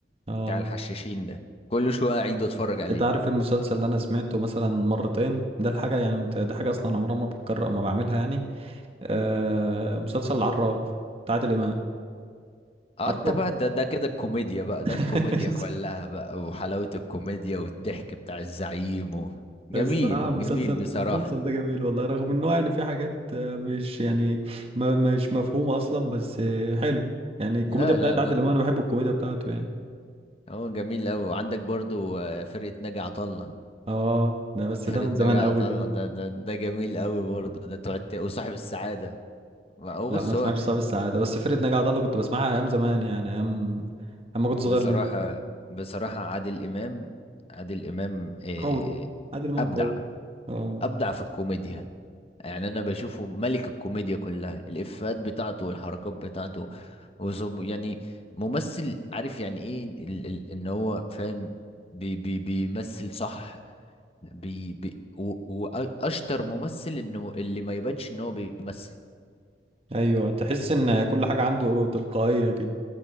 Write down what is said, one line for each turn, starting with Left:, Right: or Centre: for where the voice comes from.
Right: اه
Left: بتاع الحشاشين ده كل شوية اعيد اتفرج عليه
Right: انت عارف المسلسل اللي انا سمعته مثلا مرتين ده الحاجه يعني انت ده حاجه اصلا عمرها ما بتكرر ما بعملها يعني آه، مسلسل العراف بتاع عادل امام
Left: اه
Right: عارفه
Left: انت بقى ده ده كده الكوميديا بقى ده الكوميديا
Right: <laughs>
Left: كلها بقى وحلاوة الكوميديا والضحك بتاع الزعيم و... جميل
Right: الصراحة المسلسل
Left: جميل بصراحة
Right: المسلسل ده جميل والله رغم انه يعني في حاجات آه، مش يعني ما مش مفهومة اصلا بس آه، حلو يعني الكوميديا
Left: لا
Right: بتاعت
Left: لا ده
Right: عادل امام انا بحب الكوميديا بتاعته يعني
Left: هو جميل أوي وعندك برضو آه، فرقة ناجي عطا الله
Right: اه ده بس
Left: فرقة
Right: ده من
Left: ناجي
Right: زمان
Left: عطا
Right: قوي دي
Left: الله ده ده ده جميل أوي برضو ده تقعد ت- وصاحب السعادة هو
Right: لا
Left: بص
Right: ما
Left: هو
Right: سمعتش صاحب السعادة بس فرقة ناجي عطا الله كنت بسمعها ايام زمان يعني ايام اما كنت صغير
Left: بصراحة
Right: لسه يعني
Left: بصراحة عادل إمام عادل إمام إيه
Right: قوي عادل امام
Left: أبدع
Right: قوي اه
Left: ابدع في الكوميديا يعني انا بشوفه ملك الكوميديا كلها الافيهات بتاعته والحركات بتاعته وصب يعني ممثل عارف يعني ايه ال ال ان هو فاهم بي بي بيمثل صح بي بي و- واشطر ممثل انه اللي ما يبانش ان هو بيمثل
Right: ايوه تحس ان كل حاجة عنده تلقائية كده